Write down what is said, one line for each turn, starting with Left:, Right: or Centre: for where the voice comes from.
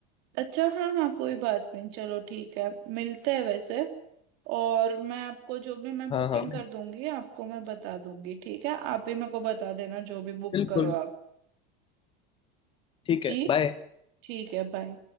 Right: अच्छा हाँ हाँ कोई बात नहीं चलो ठीक है मिलते हैं वैसे और मैं आपको जो भी मैं
Left: हाँ
Right: बुकिंग
Left: हाँ
Right: कर दूंगी आपको मैं बता दूंगी ठीक है आप भी मेरे को बता देना जो भी बुक
Left: बिल्कुल
Right: करो आप
Left: ठीक
Right: जी
Left: है बाय
Right: ठीक है बाय